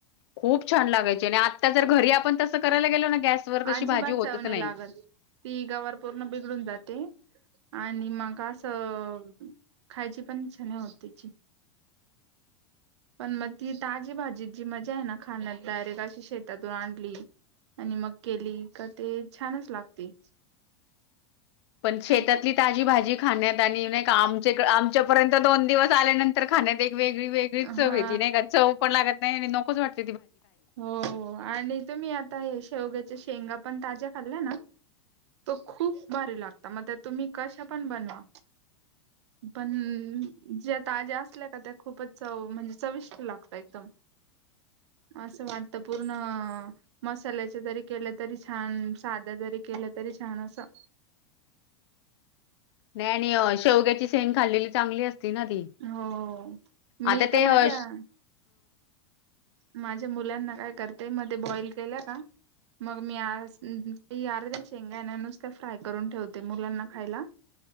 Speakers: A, on the left; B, on the right.
A: खूप छान लागायचे आणि आत्ता जर घरी आपण तसं करायला गेलो ना गॅसवरर तशी
B: अजिबात
A: भाजी होतच
B: चव
A: नाही.
B: लागत ती गावार पूर्ण बिघडून जाते. आणि मग असं खायची पण छान होत त्याची. पण मग ती ताजी भाजी जी मजा आहे ना खाण्यात डायरेक्ट अशी शेतातून आणली आणि मग केली का ते छानच लागते
A: पण शेतातली
B: आप
A: ताजी भाजी खाण्यात आणि नाही का आमच्या आमच्यापर्यंत दोन दिवस आल्यानंतर खाण्यात एक वेगळी वेगळीच चव
B: हा
A: घेतली नाही का चव पण लागत नाही नकोच वाट
B: हो आणि तुम्ही आता हे शेवग्याच्या शेंगा पण ताज्या खाल्ल्या ना तो खूप भारी लागता मग तुम्ही कशा पण बनवा पण ज्या ताज्या असल्या का त्या खूपच च म्हणजे चविष्ट लागत एकदम असं वाटत पूर्ण मसाल्याच जरी केलं तरी छान साध जरी केलं तरी छान असं
A: नाही आणि शेवग्याची सेंग खाल्लेली चांगली असते ना ती
B: हो
A: आता
B: मी
A: ते
B: तर
A: हा
B: माझ्या माझ्या मुलांना काय करतेय मध्ये बॉईल केला का मग मी यार त्या शचेंगायण्या नुस त्या फ्राय करून ठेवते मुलांना खायला